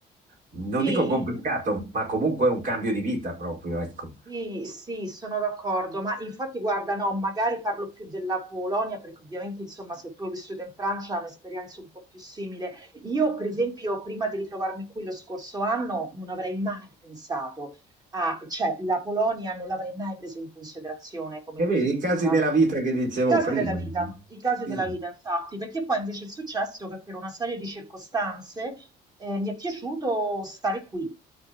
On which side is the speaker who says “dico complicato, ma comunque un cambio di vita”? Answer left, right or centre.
Right